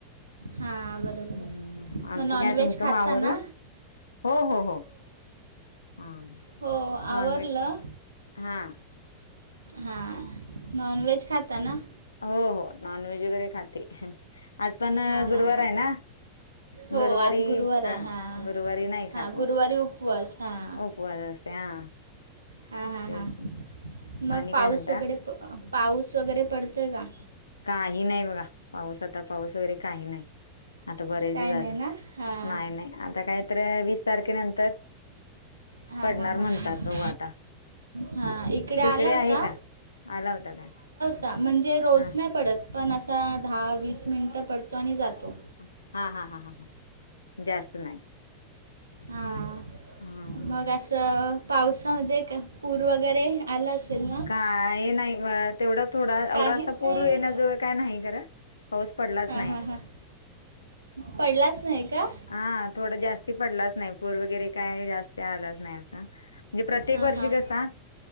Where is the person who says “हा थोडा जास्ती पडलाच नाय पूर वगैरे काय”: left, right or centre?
Left